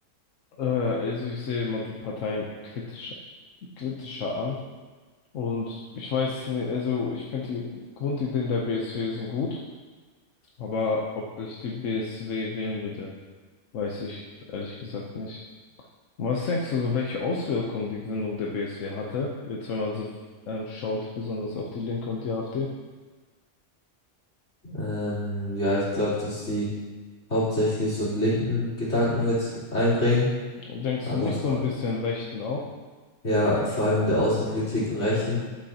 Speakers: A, on the left; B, on the left.
A: Äh, also ich sehe immer die Parteien kritisch, kritischer an. Und ich weiß nicht, also ich finde die Grundideen der BSW sind gut, aber ob ich die BSW wählen würde, weiß ich ehrlich gesagt nicht. Und Was denkst du, so welche Auswirkungen die Gründung der BSW hatte? Jetzt, wenn man so ähm, schaut, besonders auf die Linke und die AfD.
B: Ähm, ja, ich glaube, dass die hauptsächlich so einen linken Gedanken mit einbringen,
A: Denkst
B: aber
A: du nicht
B: vor,
A: so ein bisschen Rechten auch?
B: ja, vor allem in der Außenpolitik einen rechten.